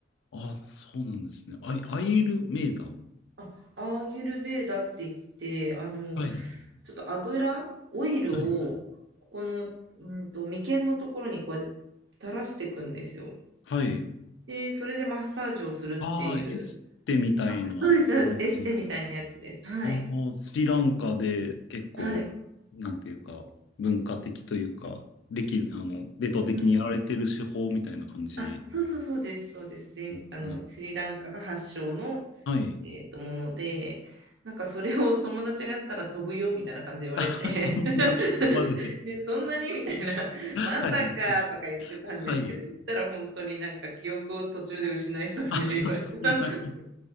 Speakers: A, on the left (about 80°); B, on the right (about 75°).
A: ああ、そうなんですね。アイ、アイルメイダー。
B: あ、アーユルベーダって言って、あの、
A: はい、
B: ちょっと油、オイルを、
A: はい、
B: ここの、うんと、眉間のところにこうやって垂らしていくんですよ。
A: はい。
B: で、それでマッサージをするっていう、
A: ああ、エステみたいな感じ。
B: そうです、そうです、エステみたいなやつです。はい。
A: ああ、スリランカで結構、
B: はい。
A: なんていうか、文化的というか、歴、あの、伝統的にやられてる手法みたいな感じ
B: うん。あ、そうそうそうです、そうです。で、
A: ですね。
B: あの、スリランカが発祥の、
A: はい。
B: えっと、もので、なんかそれを友達がやったら飛ぶよみたいな感じで言われて
A: <laughs> そんな、
B: <laughs>
A: そこまで。
B: で、そんなにみたいな、まさかとか言ってたんですけど、
A: はい。はい。
B: 言ったら本当になんか記憶を途中で失いそうになりました。
A: あ、そんなに。
B: <laughs>